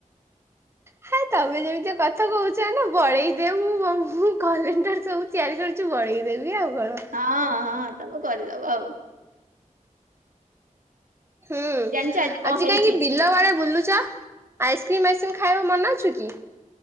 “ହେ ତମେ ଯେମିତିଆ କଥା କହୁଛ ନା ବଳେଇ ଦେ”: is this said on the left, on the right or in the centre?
Right